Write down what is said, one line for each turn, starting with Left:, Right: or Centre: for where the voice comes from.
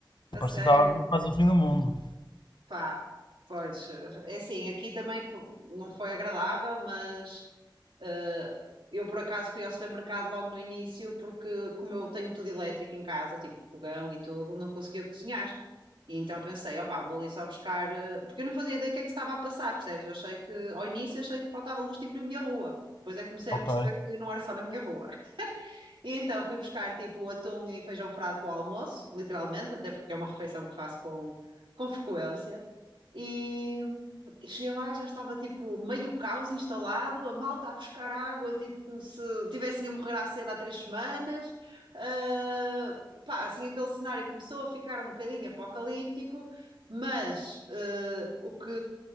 Right: A
Left: Parecia
Right: sério?
Left: que estava a vir quase o fim do mundo.
Right: Pá, pois, eh, é assim, aqui também fo- não foi agradável, mas eh, eu por acaso fui ao supermercado logo no início, porque como eu tenho tudo elétrico em casa, tipo fogão e tudo, não conseguia cozinhar. E então pensei, opá, vou ali só buscar, eh, porque eu não fazia ideia do que é que se estava a passar, percebes? Eu achei que, ao início, achei que faltava luz tipo na minha rua. Depois é que comecei
Left: Ok,
Right: a perceber que não era só na minha rua. E então fui buscar tipo atum e feijão frado para o almoço, literalmente, até porque é uma refeição que faço com, com frequência. e Cheguei lá, já estava tipo meio caos instalado, a malta a buscar água, tipo como se tivessem a morrer à sede há três semanas. Ah, pá, assim aquele cenário começou a ficar um bocadinho apocalíptico, mas ah, o que,